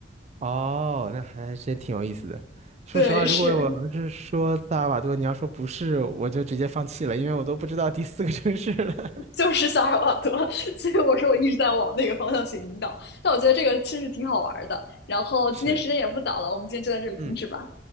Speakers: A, on the right; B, on the left.
A: 哦，那还真挺有意思的。说实话，
B: 对，是
A: 如果我要是说萨尔瓦多，你要说不是，我就直接放弃了，因为我都不知道第四个城市了。<laughs>
B: 就是萨尔瓦多，<laughs> 所以我说我一直在往那个方向去引导。但我觉得这个其实挺好玩儿的。然后今天时间也不早了，
A: 是，
B: 我们今天就在这里停止吧。
A: 嗯，